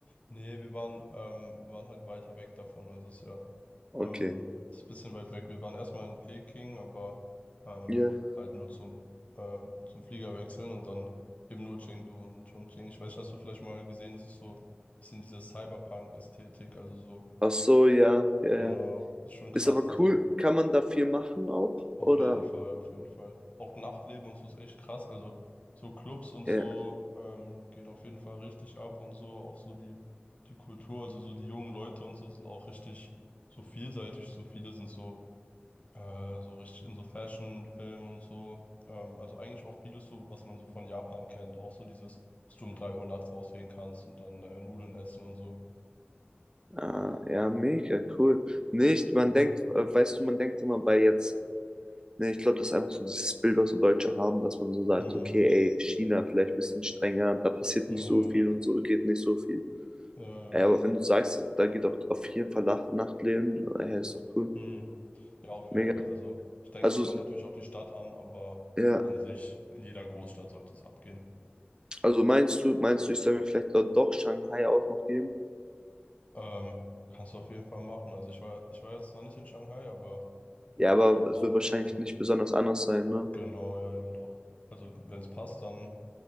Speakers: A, on the left; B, on the right.
A: nee, wir waren, ähm, waren halt weiter weg davon, also es ist ja
B: Okay.
A: Ähm, das ist ein bisschen weit weg. Wir waren erstmal in Peking, aber ähm,
B: Ja.
A: halt nur zum, ähm, zum Flieger wechseln und dann eben nur Chengdu und Chongqing. Ich weiß, hast du vielleicht mal gesehen, das ist so ein bisschen diese Cyberpunk-Ästhetik, also so,
B: Ach so, ja, ja,
A: genau,
B: ja.
A: das ist schon krass.
B: Ist aber
A: Also
B: cool. Kann man da viel machen auch?
A: auf
B: Oder?
A: jeden Fall, auf jeden Fall. Auch Nachtleben und so ist echt krass. Also so Clubs und
B: Ja,
A: so ähm, gehen auf jeden Fall richtig ab und so. Auch so die, die Kultur, also so die jungen Leute und so sind auch richtig so vielseitig. So viele sind so Äh, so richtig in so Fashion, Film und so. Ähm, also eigentlich auch vieles so, was man so von Japan kennt. Auch so dieses, dass du um 3 Uhr nachts rausgehen kannst und dann äh, Nudeln essen und so.
B: ah, ja, mega cool. Nicht, man
A: Mhm.
B: denkt, äh, weißt du, man denkt immer bei jetzt, ne, ich glaube, das ist einfach so dieses Bild, was so Deutsche haben, dass man so sagt,
A: Mhm.
B: okay, ey, China vielleicht ein bisschen strenger, da passiert
A: Ja,
B: nicht
A: ja,
B: so viel und so geht nicht so viel.
A: ja, ja.
B: Ja, aber wenn du sagst, da geht auch auf jeden Fall Nacht Nachtleben, äh, ja, ist doch cool.
A: Mhm. Ja, auf
B: Mega
A: jeden Fall. Also ich denke,
B: Also,
A: es kommt natürlich auf die Stadt an, aber
B: ja,
A: an sich, in jeder Großstadt sollte es abgehen.
B: also meinst du, meinst du, ich soll mir vielleicht dort doch Shanghai auch noch geben?
A: Ähm, kannst du auf jeden Fall machen. Also ich war, ich war jetzt zwar nicht in Shanghai, aber
B: Ja, aber
A: doch,
B: es wird wahrscheinlich
A: also
B: nicht besonders anders sein, ne?
A: genau, ja, ja, doch. Also wenn es passt, dann.